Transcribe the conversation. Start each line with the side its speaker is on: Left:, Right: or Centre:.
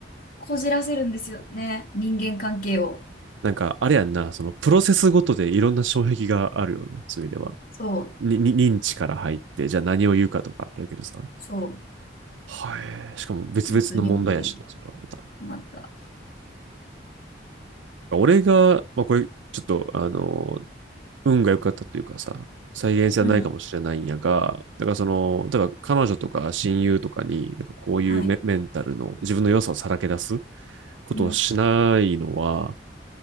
Left: こじらせるんですよね。人間関係を。
Right: なんか、あれやんな、その、プロセスごとでいろんな障壁があるような、そういう意味では。
Left: そう。
Right: に認知から入って、じゃあ何を言うかとかあるけどさ。
Left: そう。
Right: はい。しかも別々の問題やしな、
Left: 本当に良くない。
Right: それはまた。
Left: 困った。
Right: 俺が、まあこれ、ちょっと、あの、運が良かったというかさ、再現性はないかもしれないんやが、
Left: うん。
Right: だからその、例えば彼女とか親友とかに、なんかこういうメメンタルの自分の良さをさらけ出す
Left: はい。
Right: ことをしないのは、
Left: うん。っ